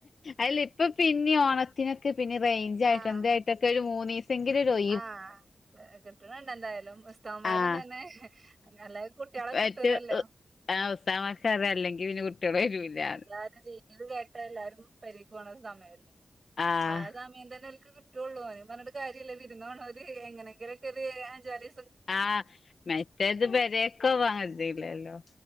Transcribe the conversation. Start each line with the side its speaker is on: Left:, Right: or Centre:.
Left: അല്ല ഇപ്പൊ പിന്നിം ഓണത്തിനൊക്കെ പിന്നെ റേഞ്ച് ആയിട്ട്
Right: ആഹ്
Left: എന്തായിട്ടൊക്കെ ഒരു മൂന്നീസ സെങ്കി <unintelligible>
Right: ആഹ് കിട്ട്ണ് ണ്ട് എന്തായാലും ഉസ്താവുമാരും
Left: ആഹ്
Right: തന്നെ അല്ലാതെ കുട്ടിയാളെ
Left: മറ്റ്
Right: കിട്ടൂലല്ലോ
Left: ആഹ് ഉസ്താദ്മാര്ക്കറിയാ അല്ലെങ്കിൽ പിന്നെ കുട്ടിയാള് വരൂല്ലാന്ന്
Right: എല്ലാരും ലീവ് കേട്ട എല്ലാരും പെരീക്ക് പോണ സമയല്ലേ
Left: ആഹ്
Right: ആ സമയം തന്നെ ഓൽക്ക് കി ട്ടൊള്ളൂ ഓലെ പർഞ്ഞ്ട്ട് കാര്യല്ല വിര്ന്നോണോല് എങ്ങനെങ്കിലൊക്കെ ഒരു അഞ്ചാറീ
Left: ആഹ് മറ്റേത് പരേക്കോവാൻ കജ്ജൂല്ലല്ലോ